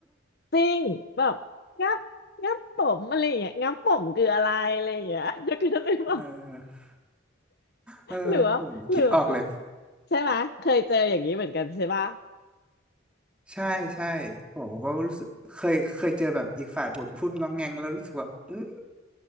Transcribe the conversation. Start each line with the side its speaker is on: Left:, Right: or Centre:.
Left: จริงแบบงับงับผมอะไรอย่างเงี้ยงับผมคืออะไรอะไรอย่างเงี้ยจะคือเลยบอก
Centre: เออเออผมคิดออกเลย
Left: หรือว่าหรือใช่ไหมยเคยเจออย่างนี้เหมือนกันใช่ปะ
Centre: ใช่ใช่ผมก็รู้สึกเคยเคยเจอแบบอีกฝ่ายพูดพูดงองแงงแล้วรู้สึกว่าอืม